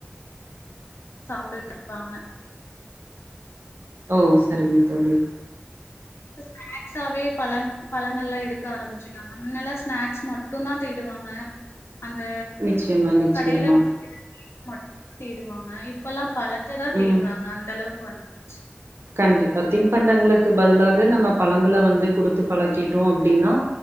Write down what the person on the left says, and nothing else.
சாப்பிட்ருப்பாங்க
ஸ்நாக்ஸாவே பழ பழங்கள்லாம் எடுக்க ஆரமிச்சுக்காங்க முன்னல்லா ஸ்நாக்ஸ் மட்டுதா தேடுவாங்க அந்த
கடையில விக்கிற <inaudible> தேடுவாங்க இப்பலா பழத்த தா தேட்றாங்க
அந்த அளவுக் கொஞ் ச்சு